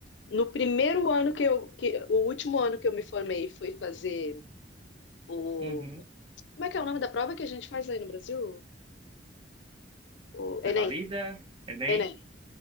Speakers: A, on the left; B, on the right.
A: no primeiro ano que eu, que, o último ano que eu me formei, e fui fazer o,
B: Uhum.
A: como é que é o nome da prova que a gente faz aí no Brasil? O Enem.
B: Revalida, Enem,
A: Enem.